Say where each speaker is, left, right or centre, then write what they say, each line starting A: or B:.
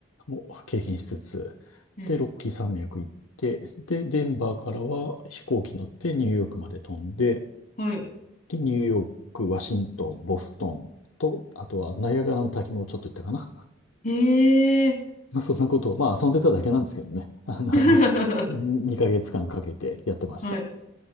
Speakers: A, on the left; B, on the left.
A: もう経験しつつ、
B: うん
A: で、ロッキー山脈行って、で、デンバーからは飛行機乗ってニューヨークまで飛んで、
B: はい。
A: で、ニューヨーク、ワシントン、ボストンと、あとはナイアガラの滝もちょっと行ったかな。
B: へえ。
A: まあ、そんなことを、まあ、遊んでただけなんですけどね。<laughs> あの、
B: <laughs>
A: に2ヶ月間かけてやってました。
B: はい。